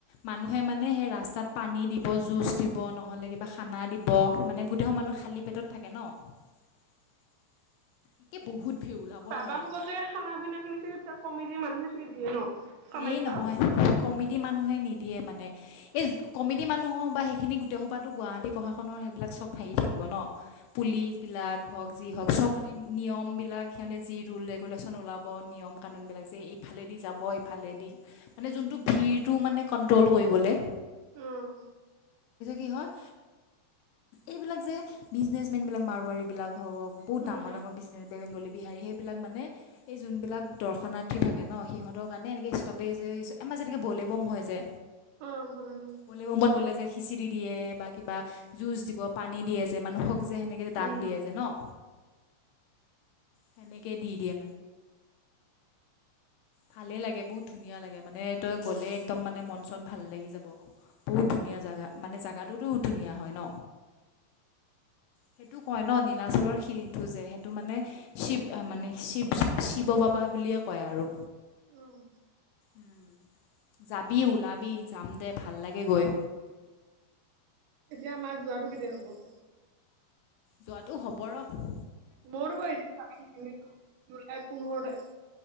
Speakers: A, on the left; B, on the right.
A: মানুহে মানে হে ৰাত ৰাস্তাত পানী দিব, জুচ দিব, নহ'লে কিবা খানা দিব। মানে গোটেই বোৰ
B: উম
A: মানুহ খালী পেটত থাকে ন। এ বহুত ভিৰ ওলাব
B: বাবা
A: নোৱাৰি।
B: সোপা চাগে খানা পিনা খিনি চাগে চব কমিতি মানুহে চাগে দিয়ে ন। কামাখ্যা
A: এই নহয় কমি তি মানুহে নিদিয়ে মানে। এই কমিটি মানুহৰ বা সেইখিনি গোটেই সোপাতো গুৱাহাটী প্ৰশাসনৰ সেইবিলাক চব হেৰি থাকিব ন পুলিচ বিলাক হওঁক যি হওঁক চব মানে নিয়মবিলাক সিহঁতে যি ৰোল ৰেগুলেশ্যন ওলাব নিয়ম কানুন বিলাক যে এইফালেদি যাব ফলে দি মানে যোনটো ভিৰ টো মানে কনট্ৰ'ল কৰিবলৈ।
B: উম
A: কি হয় এইবিলাক যে বিজনেচ মেন বিলাক মাৰোৱাৰী বিলাক হ হ বহুত
B: উম
A: ডাঙৰ ডাঙৰ বিজনেচ বেংগলী, বিহাৰী সেই এইবিলাক মানে এই যোনবিলাক দৰ্শনাৰ্থী থাকে ন সিহঁতক মানে এনেকে ষ্ট'পেজ যে আমাৰ যেনেকে বলেব'ম হয় যে।
B: অ' বলে ব'ম।
A: বলেবমত গ'লে যে খিচিৰি দিয়ে বা কিবা জুচ দিব, পানী দিয়ে যে মানুহক যে সেনেকে
B: উম
A: দান দিয়ে যে ন' সেনেকে দি দিয়ে। ভালে লাগে বহুত ধুনীয়া লাগে মানে। তই গ'লে একদম মানে মন চন ভাল লাগি যাব। বহুত ধুনীয়া জাগা মানে জোগাটোতো ধুনীয়া হয় ন। সেইটো কয় ন নীলাচলৰ শিলটো যে সেইটো মানে শিৱ মানে শিৱ শিৱ বাবা বুলিয়ে কয় আৰু
B: উম।
A: উম যাবি ওলাবি যাম দে ভাল লাগে গৈ।
B: এতিয়া আমাৰ যোৱাটো কেতিয়া হ'ব?
A: যোৱা টো হ'ব ৰহ।
B: মোৰ বাৰু এতিয়া জুলাই পোন্ধৰ তাৰিখ